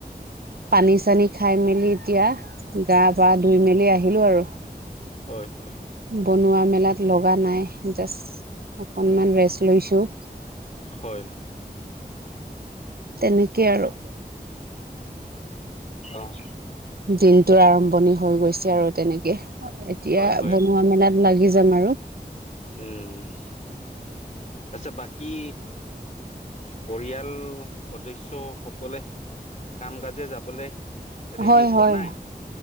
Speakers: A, on the right; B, on the left.
A: পানী চানী খাই মেলি এতিয়া গা পা ধুই মেলি আহিলো আৰু
B: হয় হয়
A: বনোৱা মেলাত লগা নাই জাষ্ট অকণমান
B: উম
A: ৰেষ্ট লৈছোঁ
B: হয়
A: তেনেকে আৰু
B: অহ
A: দিনটোৰ আৰম্ভণি হৈ গৈছে আৰু তেনেকে এতিয়া
B: হয় হয়
A: বনোৱা
B: হয়
A: মেলাত লাগি যাম আৰু
B: উম আচ্ছা বাকী পৰিয়াল সদস্য সকলে কাম কাজে যাবলে ৰেডি
A: হয়
B: হোৱা
A: হয়
B: নাই